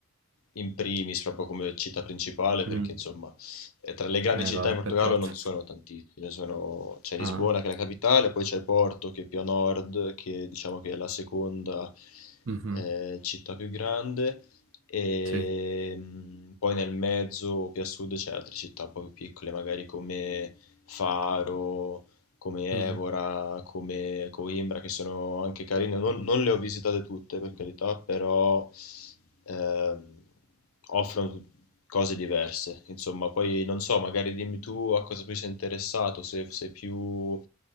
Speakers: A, on the left; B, on the right.
A: in primis proprio come città principale
B: mm.
A: perché insomma eh, tra le grandi
B: Eh,
A: città
B: va,
A: in Portogallo
B: per forza.
A: non sono tantissime, sono- c'è Lisbona
B: Ah,
A: che è la capitale, poi c'è Porto che è più a nord, che diciamo che è la seconda
B: mhm,
A: eh, città più grande e
B: Sì.
A: mm, poi nel mezzo più a sud c'è altre città un po' più piccole magari come Faro come
B: Mhm.
A: Evora, come Coimbra, che sono anche carine. Non, non le ho visitate tutte, per carità, però ehm, offrono cose diverse. Insomma, poi non so, magari dimmi tu a cosa più sei interessato, se sei più